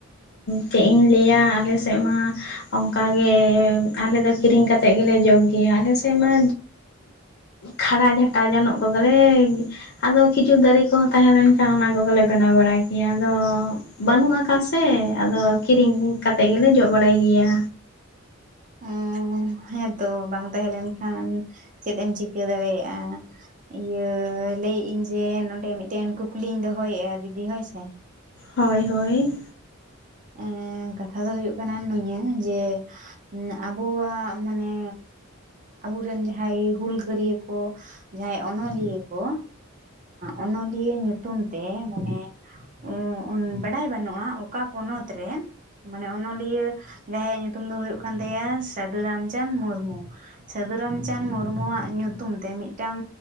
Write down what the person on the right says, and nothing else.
ᱮᱸᱻ ᱦᱮᱸᱛᱚ ᱵᱟᱝ ᱛᱟᱦᱮᱸ ᱞᱮᱱᱠᱷᱟᱱ ᱪᱮᱫ ᱮᱢ ᱪᱤᱠᱟᱹ ᱫᱟᱲᱮᱭᱟᱜᱼᱟ? ᱤᱭᱟᱹ ᱞᱟᱹᱭᱮᱫ ᱟᱹᱧ ᱡᱮ ᱱᱚᱸᱰᱮ ᱢᱤᱫᱴᱮᱱ ᱠᱩᱠᱞᱤᱧ ᱫᱚᱦᱚᱭᱮᱫᱼᱟ ᱫᱤᱫᱤ ᱦᱳᱭᱥᱮ?
ᱮᱸᱻᱮᱸ ᱠᱟᱛᱷᱟ ᱫᱚ ᱦᱩᱭᱩᱜ ᱠᱟᱱᱟ ᱱᱤᱭᱟᱝ ᱡᱮ ᱟᱵᱚᱣᱟᱜ ᱢᱟᱱᱮ ᱟᱵᱚᱨᱮᱱ ᱡᱟᱦᱟᱸᱭ ᱦᱩᱞᱜᱟᱹᱨᱭᱟᱹ ᱠᱚ ᱡᱟᱦᱟᱸᱭ ᱚᱱᱚᱞᱤᱭᱟᱹ ᱠᱚ ᱚᱱᱚᱞᱤᱭᱟᱹ ᱧᱩᱛᱩᱢ ᱛᱮ ᱢᱟᱱᱮ <unintelligible> ᱵᱟᱰᱟᱭ ᱵᱟᱹᱱᱩᱜᱼᱟ ᱚᱠᱟ ᱯᱚᱱᱚᱛ ᱨᱮ ᱢᱟᱱᱮ ᱚᱱᱚᱞᱤᱭᱟᱹ ᱡᱟᱦᱟᱸᱭᱟᱜ ᱧᱩᱛᱩᱢ ᱫᱚ ᱦᱩᱭᱩᱜ ᱠᱟᱱ ᱛᱟᱭᱟ ᱥᱟᱹᱫᱷᱩ ᱨᱟᱢᱪᱟᱸᱫᱽ ᱢᱩᱨᱢᱩ᱿ ᱥᱟᱹᱫᱷᱩ ᱨᱟᱢᱪᱟᱸᱫᱽ ᱢᱩᱨᱢᱩᱣᱟᱜ ᱧᱩᱛᱩᱢ ᱛᱮ ᱢᱤᱫᱴᱟᱝ